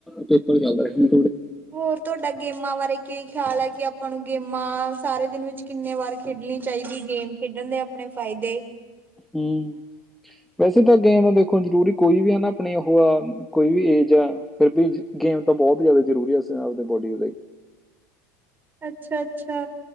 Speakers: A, in the centre; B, on the right.
A: ਪੇਪਰ ਚਲਦਾ ਸੀ।
B: ਹੋਰ ਤੁਹਾਡਾ ਗੇਮਾਂ ਬਾਰੇ ਕਿ ਖਿਆਲ ਹੈ ਕਿ ਆਪਾਂ ਨੂੰ ਗੇਮਾਂ ਸਾਰੇ ਦਿਨ ਵਿੱਚ ਕਿੰਨੇ ਵਾਰ ਖੇਡਣੀ ਚਾਹੀਦੀ ਗੇਮ ਖੇਡਣ ਦੇ ਆਪਣੇ ਫਾਇਦੇ‌।
A: ਹਮ, ਵੈਸੇ ਤਾਂ ਗੇਮ ਦੇਖੋ ਜ਼ਰੂਰੀ ਕੋਈ ਵੀ ਹਨ ਨਾ ਆਪਣੀ ਉਹ ਆ। ਕੋਈ ਵੀ ਏਜ ਆ ਫਿਰ ਵੀ ਗੇਮ ਤੋਂ ਬਹੁਤ ਹੁ ਜ਼ਿਆਦਾ ਜ਼ਰੂਰੀ ਹੈ ਸੀ, ਆਪਦੇ ਬੋਡੀ ਲਈ।
B: ਅੱਛਾ-ਅੱਛਾ।